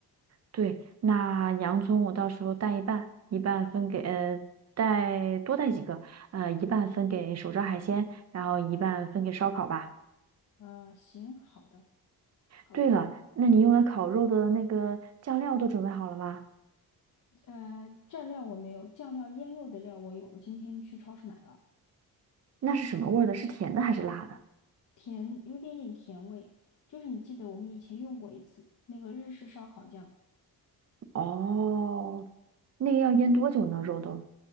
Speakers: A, on the right; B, on the left.
A: 对，那洋葱我到时候带一半，一半分给呃带多带几个，呃一半分给手抓海鲜，然后一半分给烧烤吧。
B: 呃，行，好的，好的。
A: 对了，那你用来烤肉的那个酱料都准备好了吗？
B: 呃，蘸料我没有，酱料腌肉的料我有，我今天去超市买了，
A: 那是什么味儿的？是甜的还是辣的？
B: 甜，有一点点甜味，就是你记得我们以前用过一次那个日式烧烤酱，
A: 哦，那个要腌多久呢？肉都？